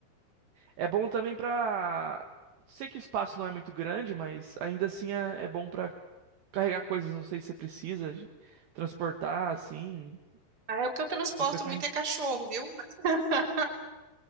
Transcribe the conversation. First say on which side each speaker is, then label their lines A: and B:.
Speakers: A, on the right; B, on the right.
A: É bom também pra. Sei que o espaço não é muito grande, mas ainda assim é, é bom pra carregar coisas, não sei se você precisa, de- transportar assim,
B: Ah, é o que eu transporto
A: com frequência.
B: muito é cachorro, viu? <laughs>